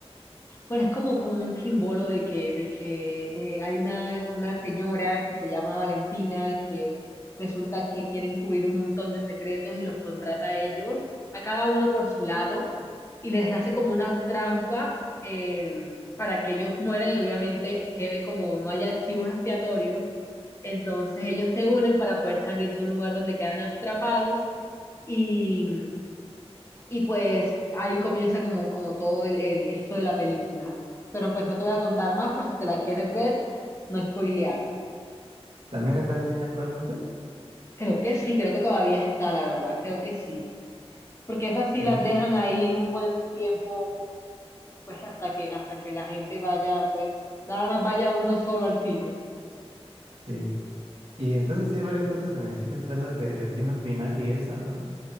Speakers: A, on the left (about 25°); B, on the right (about 60°).
A: Bueno, es como, como un quimbolo de que, de que eh, hay una, una señora que se llama Valentina que resulta que quiere encubrir un montón de secretos y los contrata a ellos, a cada uno por su lado, y les hace como una trampa eh, para que ellos mueran y obviamente quede como no haya archivos expiatorios. Entonces ellos se unen para poder salir de un lugar donde quedan atrapados y, y pues ahí comienza como, como todo el, el- esto de la película. Pero pues no te voy a contar más por si te la quieres ver, no spoilear.
B: ¿También está en el cine actualmente?
A: Creo que sí, creo que todavía está, la verdad, creo que sí. Porque esas sí
B: Oye.
A: las dejan ahí un buen tiempo, pues hasta que, hasta que la gente vaya, pues nada más vaya uno solo al cine.
B: Sí. Y entonces sí hay varias cosas en el cine. Está la de Destino Final y esa, ¿no?